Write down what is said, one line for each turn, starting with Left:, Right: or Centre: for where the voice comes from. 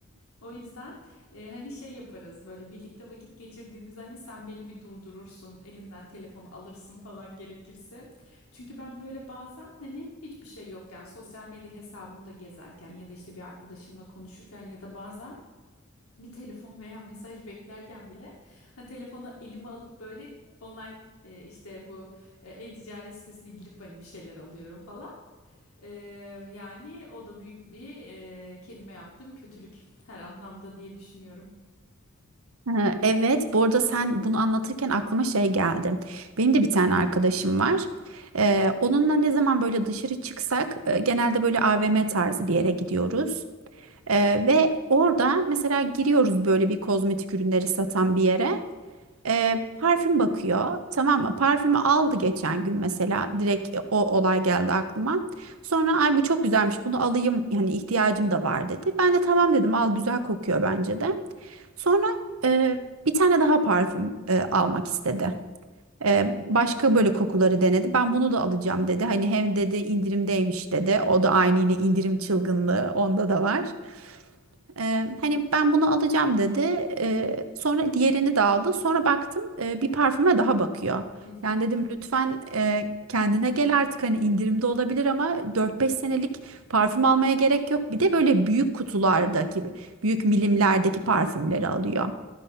Left: O yüzden e, hani şey yaparız böyle birlikte vakit geçirdiğimiz hani sen beni bir durdurursun elimden telefonu alırsın falan gerekirse çünkü ben böyle bazen hani hiçbir şey yokken sosyal medya hesabımda gezerken ya da işte bir arkadaşımla konuşurken ya da bazen bir telefon veya mesaj beklerken bile hani telefonu elime alıp böyle online e, işte bu e, e-ticaret sitesine girip hani bir şeyler alıyorum falan. E, yani o da büyük bir e, kendime yaptığım kötülük her anlamda diye düşünüyorum.
Right: Ee, Evet, bu arada sen bunu anlatırken aklıma şey geldi. Benim de bir tane arkadaşım var. Ee, onunla ne zaman böyle dışarı çıksak e, genelde böyle AVM tarzı bir yere gidiyoruz. Ee, ve orada mesela giriyoruz böyle bir kozmetik ürünleri satan bir yere. Ee, parfüm bakıyor tamam mı? Parfümü aldı geçen gün mesela direkt e, o olay geldi aklıma. Sonra ay bu çok güzelmiş bunu alayım yani ihtiyacım da var dedi. Ben de tamam dedim al güzel kokuyor bence de. Sonra e, bir tane daha parfüm e, almak istedi. E, başka böyle kokuları denedi. Ben bunu da alacağım dedi. Hani hem dedi indirimdeymiş dedi. O da aynı yine indirim çılgınlığı onda da var. Ee, hani ben bunu alacağım dedi. Ee, sonra diğerini de aldı. Sonra baktım e, bir parfüme daha bakıyor.
Left: <laughs>
Right: Yani dedim lütfen e, kendine gel artık hani indirimde olabilir ama dört beş senelik parfüm almaya gerek yok. Bir de böyle büyük kutulardaki, büyük milimlerdeki parfümleri alıyor.